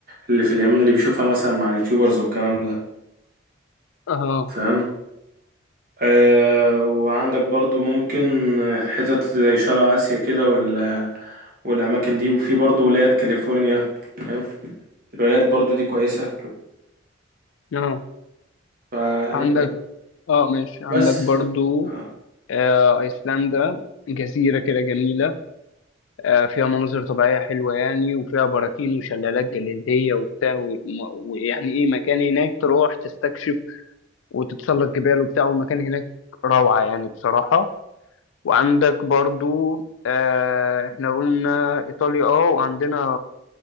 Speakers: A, on the right; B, on the left.
A: اللي في اليمن اللي بيشوفها مثلا مع اليوتيوبرز والكلام ده
B: أها
A: فاهم آه وعندك برضو ممكن حتت زي شرق آسيا كده وال والأماكن دي وفي برضو ولايات كاليفورنيا فاهم الولايات برضو دي كويسة
B: أه
A: فيعني
B: عندك
A: كويس
B: أه ماشي عندك
A: بس
B: برضو
A: آه.
B: آه أيسلندا جزيرة كده جميلة آه فيها مناظر طبيعية حلوة يعني وفيها براكين وشلالات جليدية وبتاع و- ويعني إيه مكان هناك تروح تستكشف وتتسلق جبال وبتاع والمكان هناك روعة يعني بصراحة وعندك برضو آه احنا قلنا إيطاليا اه وعندنا